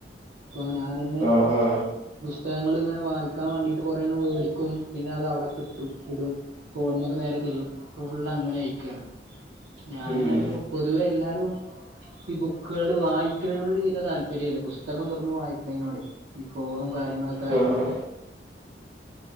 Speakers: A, on the right (about 90°); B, on the right (about 65°).
A: പ്പൊ ഞാനന്നെ
B: ആ ആ ആ
A: ബുസ്തഅങ്ങൾ ഇങ്ങനെ വായിക്കാ വാണ്ടിട്ട് കൊറേ എണ്ണം വേടിക്കും പിന്ന അത് അവടെ ഇട്ടു ഇടും ഫോണ്‌മ്മക്ക്നേരെ തിരിയും ഇപ്പൊ ഫുള്ള് അങ്ങന അയ്ക്ക്ണ് ഞാൻ
B: ഉം.
A: ന്നല്ലപ്പോ പൊതുവേ എല്ലാരും ഈ ബുക്കേൾ വായിക്ക്നോട് തീരെ താല്പര്യല്ല ബുസ്തകം തൊറന്ന് വായിക്ക് നോനോടയ് ഈ ഫോണും കാര്യങ്ങളൊക്കെ ആയോണ്ട്
B: ആ, ആ.